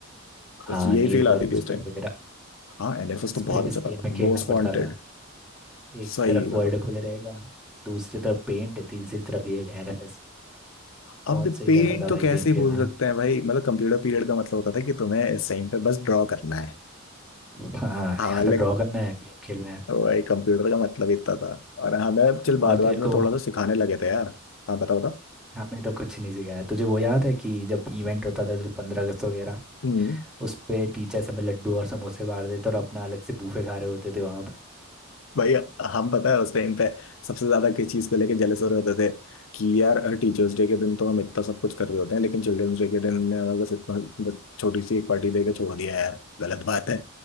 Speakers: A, on the left; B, in the centre.
A: बस
B: हाँ
A: यही
B: नीड
A: फील
B: फॉर
A: आती थी
B: स्पीड
A: उस टाइम
B: वगैरह
A: हाँ एनएफएस तो
B: स्प्लिट
A: बहुत अच्छा
B: स्क्रीन
A: था
B: में खेलना
A: Most wanted
B: पड़ता था एक
A: सही
B: तरफ
A: है
B: वर्ल्ड
A: भाई
B: खुले रहेगा दूसरी तरफ पेंट तीसरी तरफ ये एनएफएस बहुत
A: अब
B: सही
A: पेंट
B: रहता था
A: तो
B: भाई
A: कैसे
B: गेम खेलना
A: भूल सकते हैं भाई मतलब कंप्यूटर पीरियड का मतलब होता था कि तुम्हें इस टाइम पे बस ड्रॉ करना है
B: हाँ
A: हाँ
B: या
A: like
B: तो ड्रॉ करना है या गेम खेलना है
A: वही कंप्यूटर का मतलब इतना था और हमें चल
B: और
A: बाद बाद
B: तेरे
A: में
B: को
A: थोड़ा सा सिखाने लगे थे यार हाँ बता बता
B: हमें तो कुछ नहीं सिखाया तुझे वो याद है कि जब इवेंट होता था जैसे पंद्रह अगस्त वगैरह
A: हम्म
B: उस पे टीचर्स हमें लड्डू और समोसे बांट देते और अपना अलग से बूफे खा रहे होते थे वहाँ पे
A: भाई हम पता है उस टाइम पे सबसे ज्यादा किस चीज को लेके जेलस हो रहे होते थे कि यार टीचर्स डे के दिन तो हम इतना सब कुछ कर रहे होते हैं लेकिन चिल्ड्रंस डे के दिन ने हमें बस इतना बस छोटी सी एक पार्टी दे के छोड़ दिया यार गलत बात है